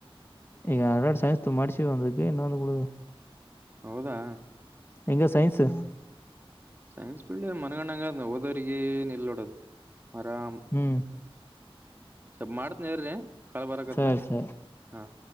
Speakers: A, on the left; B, on the right.
A: ಈಗ ಆಲ್ರಡಿ ಸೈನ್ಸ್ ಮಾಡ್ಸಿವಿ ಒಬ್ಬಕಿಗಿ ಇನ್ನೂಂದು ಉಳದಾದ.
B: ಹೌದಾ, !
A: ಹೆಂಗ ಸೈನ್ಸ, -
B: ಸೈನ್ಸ್ ಫೀಲ್ಡ್ ಮನಗಂಡಗ ಹೋದೋರಿಗಿಎನ್ ಇಲ್ಲೋಡೋದು ಅರಾಮ.
A: ಹ್ಮ್
B: ಸ್ವಲ್ ಮಾಡ್ತನ್ರಿ ಕಾಲ್ ಬರಕತದ.
A: ಸರಿ ಸರಿ
B: ಹಾ-